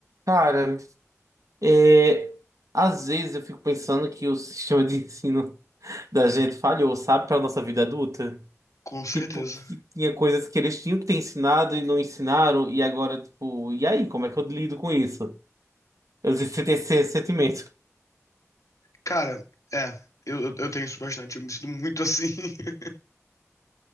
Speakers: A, on the right; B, on the left.
A: Cara, é, às vezes eu fico pensando que o sistema de ensino da gente falhou, sabe, para nossa vida adulta.
B: Com certeza.
A: Tipo, que tinha coisas que eles tinham que ter ensinado e não ensinaram, e agora, tipo, e aí, como é que eu lido com isso? Eu sempre tenho esse sentimento.
B: Cara, é, eu, eu, eu tenho isso bastante, eu me sinto muito assim. <laughs>